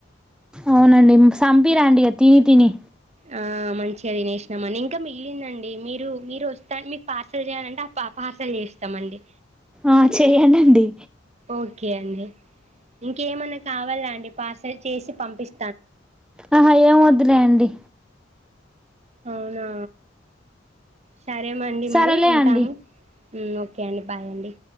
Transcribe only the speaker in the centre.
అవునండి సంపి రండిగా తిని తిని
ఆ చేయడిండి
ఆహా ఏం వదులే అండి
సరేలే
అండి